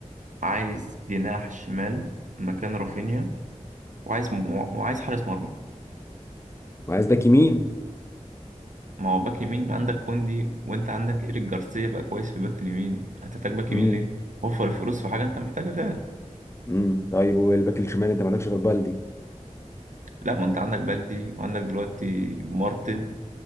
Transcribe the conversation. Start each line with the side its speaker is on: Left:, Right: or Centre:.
Right: عايز جناح شمال مكان رافينيا وعايز م... وعايز حارس مرمى
Left: وعايز باك يمين
Right: ما هو باك يمين عندك كوندي وانت عندك ايريك جارسيا بقى كويس في باك اليمين هتحتاج باك
Left: امم
Right: يمين ليه وفر الفلوس في حاجه انت محتاجها فعلا
Left: امم طيب والباك الشمال انت ما عندكش غير بالدي
Right: لا ما انت عندك بلدي وعندك دلوقتي مارتن